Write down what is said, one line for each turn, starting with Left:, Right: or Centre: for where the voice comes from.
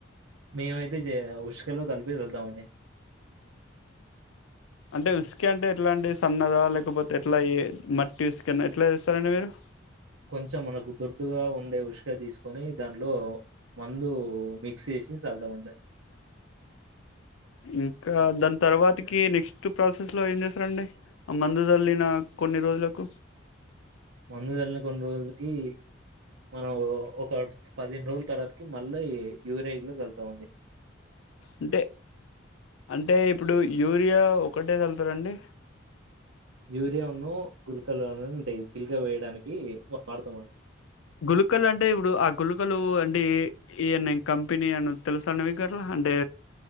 Right: మేమైతే చేయ ఉసుకాలో కల్పిపీ వేల్తామండి.
Left: అంటే ఉస్కె అంటే ఎట్లా అండి. సన్నదా లేకపోతే ఎట్లా మట్టి ఉసికనా ఎట్లా చేస్తారండి మీరు.
Right: కొంచెం మనకు దొడ్డుగా ఉండే ఉసుగా తీసుకొని దాంట్లో మందు మిక్స్ చేసి చల్తాం అండి.
Left: ఇంకా దాని తర్వాతకి నెక్స్ట్ ప్రాసెస్ లో ఏం చేస్తారండి. ఆ మందు చల్లిన కొన్ని రోజులకు
Right: మందు చల్లిన కొన్ని రోజులకి మనం ఒక పదిహేను రోజుల తర్వాతకి మళ్ళ యూరియా చల్తామండి.
Left: అంటే అంటే ఇప్పుడు యూరియా ఒకటే చల్ కదా అండి.
Right: యూరియానో గుల్కలోనో ఉంటాయి పిలక వేయడానికి వాడుతాము.
Left: గులుకలు అంటే ఇప్పుడు ఆ గులుకలు అంటే ఏ అన్నా కంపెనీ అన్న తెలుస అండి మీకు అంటే